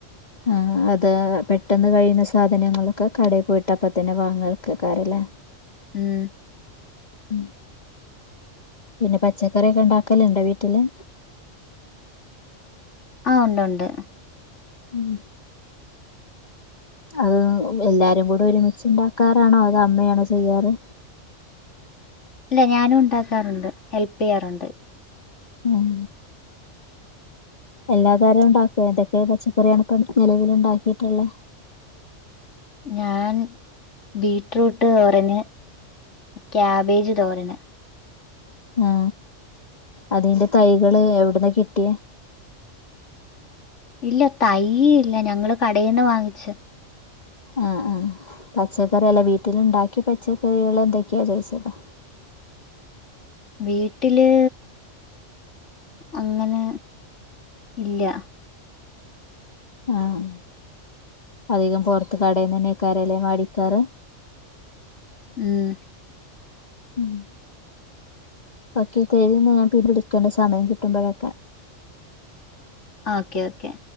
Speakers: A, on the left; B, on the left.
A: ആ അത് പെട്ടെന്ന് കഴിയുന്ന സാധനങ്ങളൊക്കെ കടയിൽ പോയിട്ടപ്പ തന്നെ വാങ്ങക്കക്കാറല്ലേ
B: ഉം
A: ഉം പിന്നെ പച്ചക്കറിയൊക്കെ ഇണ്ടാക്കല് ണ്ടോ വീട്ടില്
B: ആ ഉണ്ട് ഉണ്ട്
A: ഉം അത് എല്ലാരും കൂടെ ഒരുമിച്ച്ണ്ടാക്കാറാണോ അത് അമ്മയാണോ ചെയ്യാറ്
B: അല്ല ഞാനും ഉണ്ടാക്കാറുണ്ട് ഹെല്പ് ചെയ്യാറുണ്ട്
A: ഉം എല്ലാ കാര്യം ഉണ്ടാക്കുവോ എന്തൊക്കെ പച്ചക്കറിയാണ് ഇപ്പ നിലവൽ ഇണ്ടാക്കിട്ടുള്ളത്
B: ഞാൻ ബീറ്റ്റൂട്ട്തോരന് കാബേജ് തോരന്
A: ആ അതിന്റ തൈകള് എവിടന്നാ കിട്ടിയ
B: ഇല്ല തൈ ഇല്ല ഞങ്ങള് കടയിന്ന് വാങ്ങിച്ച
A: ആഹ് ആഹ് പച്ചക്കറിയല്ല വീട്ടിലുണ്ടാക്ക്യ പച്ചക്കറികളെന്തൊക്ക്യാ ചോയിച്ചതാ
B: വീട്ടില് അങ്ങനെ ഇല്ല്യ
A: ആഹ് അധികം പൊറത്ത് കടേന്നന്നേയിക്കാരല്ലേ മേടിക്കാറ്
B: ഉം
A: ഉം ഓക്കേ ശെരീന്ന ഞാൻ പിന്നെ വിളിക്കണ്ട് സമയം കിട്ടുമ്പഴക്കെ
B: ഓക്കെ ഓക്കെ